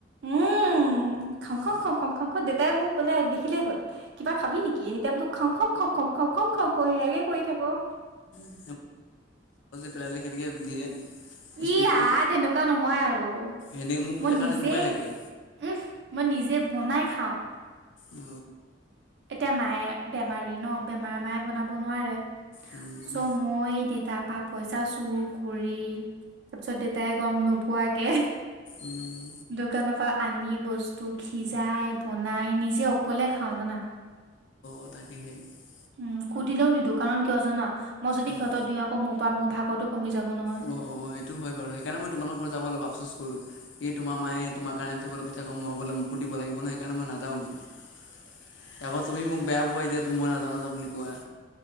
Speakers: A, on the right; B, on the left.
A: উম। খং
B: অ
A: খ খং খং খাং খ দেতাই মোক ক'লে দেখিলেই হলিবা খাবি নেকি এনি টাইম মোক খং খ খং খ খং খং। <unintelligible> খ কাকে কৈ থাকো। <unintelligible>
B: হেল্ল। পেলাই কেনেকৈ দিয়ে। <unintelligible> স্পীডটো
A: ই আ তেনেকুৱা নহয় আৰু
B: এনে মোকতো
A: মই
B: দেখাত
A: নিজে
B: তেনেকুৱাই লাগে
A: উম। মই নিজে বনাই খাওঁ।
B: অ
A: এতিয়া মায়ে বেমাৰী ন বেমাৰ মায়ে বনাব নোৱাৰে।
B: উম
A: চ' মই দেতাৰ পা পইচা চুৰ কৰি। তাৰ পিছত দেতাই গম নোপোৱাকে
B: উম
A: দোকানৰ পৰা আনি বস্তু। <unintelligible> সিজাই বনাই নিজে অকলে খাওঁ জানা।
B: <inaudible>
A: উম সুধিলেও নিদো কাৰণ কিয় জানা মই যদি
B: উম
A: সিহঁতক দিওঁ আকৌ মোৰ পৰা মোৰ ভাগটো কমি যাব নহয়।
B: অ অ সেইটো হয় বাৰু, সেইকাৰণে মই তোমালোকৰ যাবলে আপচোচ কৰোঁ। এ তোমাৰ মায়ে তোমাৰ কাৰণে উঠিবলে পিঠা কম মই গলে মোকো দিব লাগিব নে। সেইকাৰণে মই নেযাওঁ আকৌ তুমি মোক বেয়া পোৱা এতিয়া দিয়া মই নাজাওঁ-নাযাওঁ বুলি কোৱা।